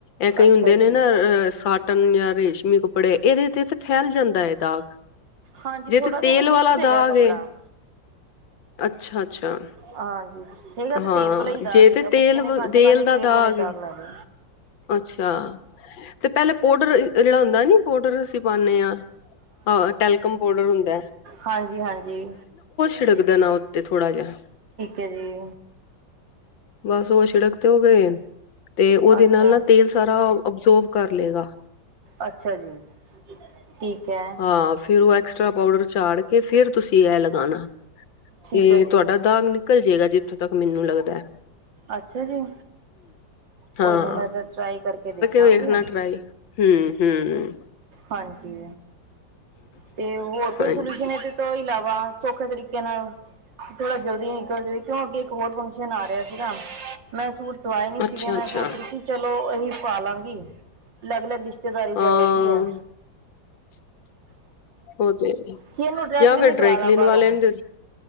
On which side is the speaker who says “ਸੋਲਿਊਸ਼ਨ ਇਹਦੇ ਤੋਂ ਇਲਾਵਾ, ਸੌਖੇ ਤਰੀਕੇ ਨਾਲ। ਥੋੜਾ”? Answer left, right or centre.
Right